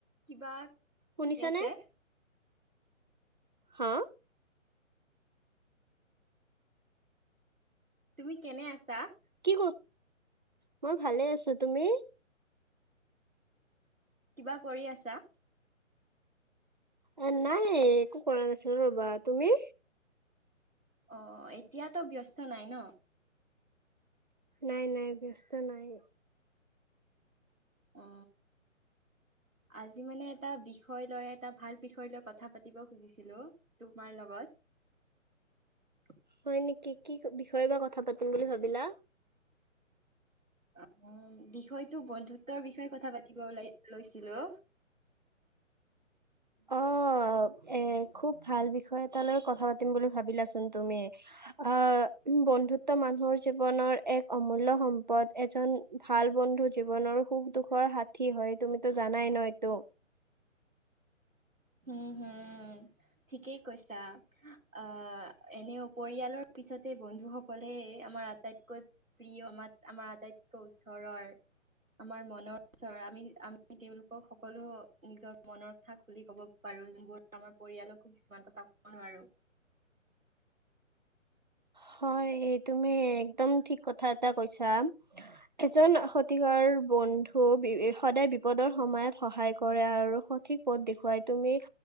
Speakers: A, on the right; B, on the right.
A: কিবা
B: শুনিছানে?
A: কি আছে
B: হা
A: তুমি কেনে আছা
B: কি মই ভালে আছো তুমি
A: কিবা কৰি আছা
B: এ নাই একো কৰা নাছিলো ৰবা তুমি
A: অ এতিয়াতো ব্যস্ত নাই ন
B: নাই নাই ব্যস্ত নাই
A: অ আজি মানে এটা বিষয় লয় এটা ভাল বিষয় লৈ কথা পাতিব খুজিছিলো তোমাৰ লগত
B: হয় নেকি? কি বিষয়ে বা কথা পাতিম বুলি ভাবিলা
A: অ বিষয়টো বন্ধুত্বৰ বিষয় তাই কথা পাতিব ওলাই লৈছিলো
B: অ এ খুব ভাল বিষয় এটালৈ কথা পাতিম বুলি ভাবিলাচোন তুমি। অ বন্ধুত্ব মানুহৰ জীৱনৰ এক অমূল্যয় সম্পদ এজন ভাল বন্ধু জীৱনৰ সুখ দুখৰ সাঠী হয়। তুমিতো জানাই ন এইতটো
A: উম হম ঠিকেই কৈছা আহ এনেও পৰিয়ালৰ পিছতে বন্ধু সকলে আমাৰ আটাইতকৈ প্ৰিয় আম আমাৰ আটাইতকৈ ওচৰৰ আমাৰ মনৰ ওচৰ আমি আমি তেওঁলোকক সকলো নিজৰ মনৰ কথা খুলি ক'ব বাৰো যোনবোৰ আমাৰ পৰিয়ালকো কিছুমান কথা কব নোৱাৰো
B: হয়। এই তুমি একদম ঠিক কথা এটা কৈছা এজন সঠিকাৰ বন্ধু সদায় বিপদৰ সময়ত সহায় কৰে আৰু সঠিক পথ দেখুৱাই তুমি